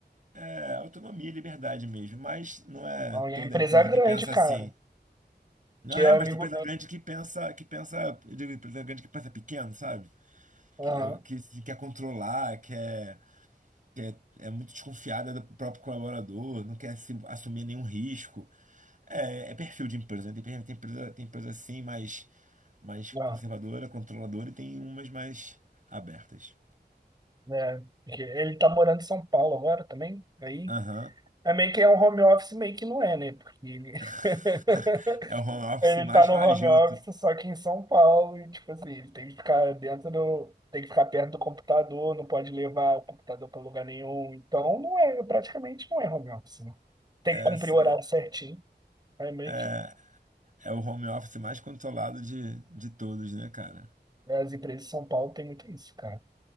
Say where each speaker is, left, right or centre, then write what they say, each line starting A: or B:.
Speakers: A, on the right; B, on the right.
A: é, autonomia e liberdade mesmo. Mas não é
B: Não, e
A: toda
B: a empresa
A: empresa
B: é grande,
A: que pensa
B: cara.
A: assim. Não
B: Que
A: é,
B: é
A: mas
B: amigo.
A: tem empresa grande que pensa, que pensa, eu digo, empresa grande que pensa pequeno, sabe?
B: Aham.
A: que, eu- que se quer controlar, quer, quer, é muito desconfiada do próprio colaborador, não quer se assumir nenhum risco. É, é perfil de empresa, né? Tem, per- tem empresa, tem empresa assim mais, mais conservadora,
B: Aham.
A: controladora, e tem umas mais abertas.
B: É, porque ele tá morando em São Paulo agora também. Aí
A: Aham.
B: é meio que é um home office, meio que não é, né? Porque ele-
A: <laughs>
B: <laughs>
A: É o home office
B: Ele
A: mais
B: tá
A: fajuto.
B: no home office, só que em São Paulo, e tipo assim, ele tem que ficar dentro do. Tem que ficar perto do computador, não pode levar o computador pra lugar nenhum. Então não é, praticamente não é home office, né? Tem
A: Essa
B: que cumprir o horário certinho. É meio
A: é,
B: que.
A: é o home office mais controlado de, de todos, né, cara?
B: As empresas de São Paulo tem muito isso, cara.